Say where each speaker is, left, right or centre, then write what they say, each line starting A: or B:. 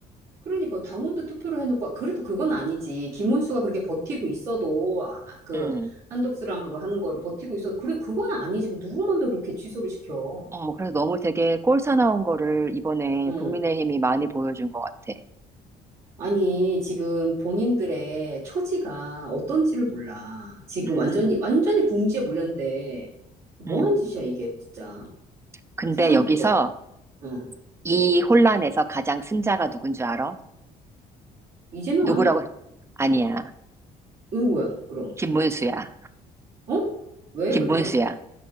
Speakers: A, on the right; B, on the right.
A: 그러니까 당원도 투표를 해놓고 아, 그래도 그건 아니지. 김문수가 그렇게 버티고 있어도 아, 아, 그
B: 응.
A: 한독수랑 그거 하는 거를 버티고 있어도 그래 그건 아니지. 그 누구만도 이렇게 취소를 시켜.
B: 어 그래서 너무 되게 꼴사나운 거를 이번에
A: 응.
B: 국민의힘이 많이 보여준 것 같아.
A: 아니 지금 본인들의 처지가 어떤지를 몰라. 지금
B: 음,
A: 완전히 완전히 궁지에 몰렸는데 뭐한
B: 음.
A: 짓이야 이게 진짜.
B: 근데
A: 세상
B: 여기서
A: 부끄럽. 응.
B: 이 혼란에서 가장 승자가 누군 줄 알아?
A: 이재명
B: 누구라고?
A: 아니야?
B: 아니야.
A: 누구야 그럼?
B: 김문수야.
A: 어? 왜
B: 김문수야.
A: 그렇게 생각해?